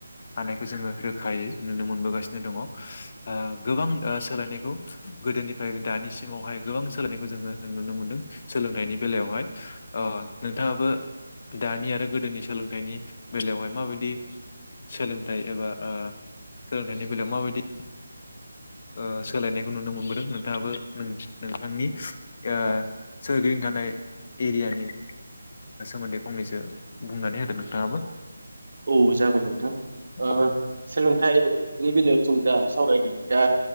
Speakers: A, on the left; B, on the right.
A: हानायखौ जोङो रोखायै नुनो मोनबोगासिनो दङ। ओ गोबां ओ सोलायनायखौ गोदोनिफ्राय दानिसिमावहाय गोबां सोलायनायखौ जोङो नुनो मोनदों सोलोंथाइनि बेलायावहाय। ओ नोंथाङाबो दानि आरो गोदोनि सोलोंथाइनि बेलायावहाय माबादि सोलोंथाइ एबा ओ सोलोंथाइनि बेलायाव माबादि ओ सोलायनाय खौ नुनो मोनबोदों नोंथाङाबो नोंस-नोंथांनि ओ सोरगिदिं थानाय एरियानि सोमोन्दै फंनैसो बुंनानै हो दो नोंथाङाबो
B: औ जागोन नोंथां ओ
A: औ
B: सोलोंथाइ नि बेलायाव जों दा सावरायदों दा